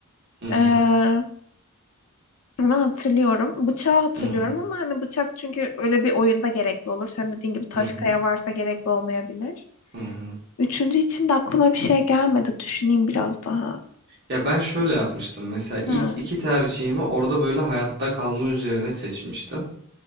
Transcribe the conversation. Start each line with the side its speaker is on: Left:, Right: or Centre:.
Right: Hı hı.
Left: Ee, onu hatırlıyorum. Bıçağı hatırlıyorum
Right: Hı hı.
Left: ama hani bıçak çünkü öyle bir oyunda gerekli olur. Senin dediğin gibi taş
Right: Hı hı.
Left: kaya varsa gerekli olmayabilir.
Right: Hı hı.
Left: Üçüncü için de aklıma bir şey gelmedi. Düşüneyim biraz daha.
Right: Ya ben şöyle yapmıştım. Mesela
Left: Ha,
Right: ilk iki tercihimi orada böyle hayatta kalma üzerine seçmiştim.